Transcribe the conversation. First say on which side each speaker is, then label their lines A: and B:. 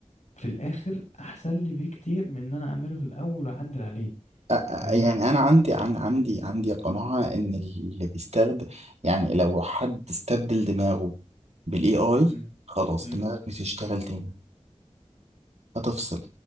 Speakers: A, on the left; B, on the right.
A: في الاخر احسن لي بكتير من ان انا اعمله في الاول واعدل عليه
B: أ- أ-
A: فاهم
B: يعني انا عندي عن عندي عندي قناعة ان اللي بيستخدم يعني لو حد استبدل دماغه بالاي اي
A: امم
B: خلاص
A: امم
B: دماغك مش هتشتغل تاني هتفصل